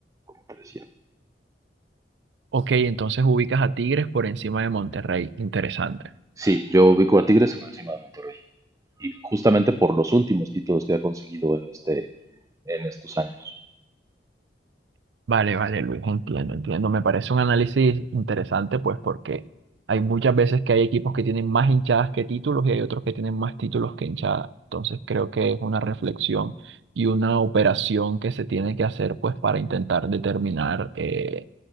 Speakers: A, on the right; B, on the right.
A: te decía.
B: Ok, entonces ubicas a Tigres por encima de Monterrey. Interesante.
A: Sí, yo ubico a Tigres por encima de Monterrey. Y justamente por los últimos títulos que ha conseguido en este, en estos años.
B: Vale, vale, Luis, entiendo, entiendo. Me parece un análisis interesante, pues porque hay muchas veces que hay equipos que tienen más hinchadas que títulos y hay otros que tienen más títulos que hinchadas. Entonces creo que es una reflexión y una operación que se tiene que hacer, pues para intentar determinar eh,